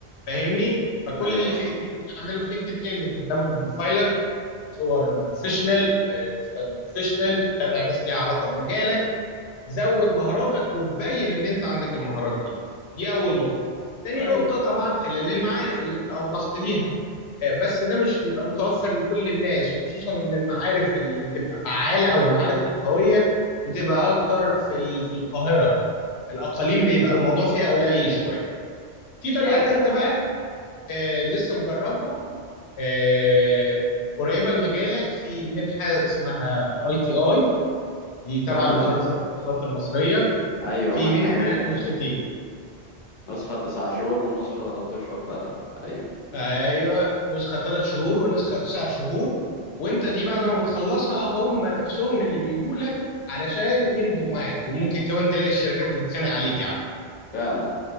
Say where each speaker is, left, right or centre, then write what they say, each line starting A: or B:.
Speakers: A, on the left; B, on the left.
A: فاهمني فكل
B: ايوه
A: اللي
B: فاهم
A: في ايديك تعمله في لينكد ان تهتم ببروفايلك صور البروفيشنال آه، بوستات بروفيشنال تتابع ناس ليها علاقه بمجالك تزود مهاراتك وتبين ان انت عندك المهارات دي دي اول نقطه تاني
B: ايوه
A: نقطه طبعا خلال المعارف اللي انت اوضحت ليها آه، بس ده مش بيبقى متوفر لكل الناس وخصوصا ان المعارف اللي بتبقى فعالة او المعارف القوية بتبقى اكتر في ال- في القاهرة الاقاليم بيبقى الموضوع فيها قليل شوية في طريقة
B: فعلا
A: تالتة بقى آه، لسه مجربها آه، قريبة لمجالك في منحة اسمها الاي تي اي دي تابعة
B: فعلا
A: لوزارة الاتصالات المصرية
B: ايوه
A: في
B: منحة
A: منها
B: جميلة
A: نسختين
B: نسخة تسعة شهور ونسخة تلات اشهر فعلا ايوه
A: ايوه نسخه ثلاث شهور ونسخه تسع شهور وانت دي بعد ما بتخلصها هم نفسهم اللي بيجوا لك علشان يمضوا معاك وممكن كمان تلاقي الشركات بتتخانق عليك يا عم
B: فعلا